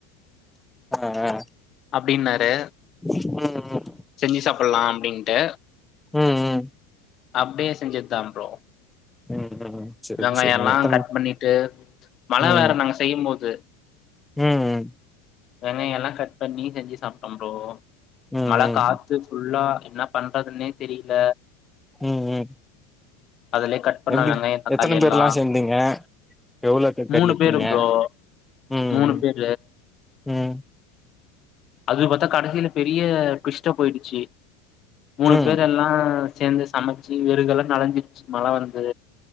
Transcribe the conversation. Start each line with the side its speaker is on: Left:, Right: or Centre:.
Centre: ஆ ஆ
Left: அப்படின்னாரு
Centre: ம் ம்
Left: செஞ்சு சாப்பட்லா அப்டின்ட்டு
Centre: ம் ம்
Left: அப்டியே செஞ்சதுதா ப்ரோ
Centre: ம் ம் செரி
Left: வெங்காய
Centre: செரிங்க
Left: எல்லா
Centre: எத்தன
Left: கட் பண்ணிட்டு மழ
Centre: ம்
Left: வேற நாங்க செய்யும் போது
Centre: ம் ம்
Left: வெங்காய எல்லா கட் பண்ணி செஞ்சு சாப்ட்டம் ப்ரோ
Centre: ம்
Left: மழ காத்து ஃபுல்லா பண்றதுனே தெரில
Centre: ம் ம்
Left: அதுலே கட் பண்ண
Centre: எப்டி
Left: வெங்காயோ தக்காளி
Centre: எத்தன பேர்ல்லா
Left: எல்லா
Centre: சேந்தீங்க எவ்வளோக்கு கறி
Left: மூணு
Centre: எடுத்தீங்க
Left: பேரு ப்ரோ
Centre: உம்
Left: மூணு பேரு
Centre: உம்
Left: அது பாத்தா கடைசில பெரிய டிவிஸ்டா போயிடுச்சு மூணு
Centre: ம்
Left: பேர் எல்லாச் சேந்து சமச் சு வெறகுல்லா நளஞ்சிடுச்சு மழ வரன் து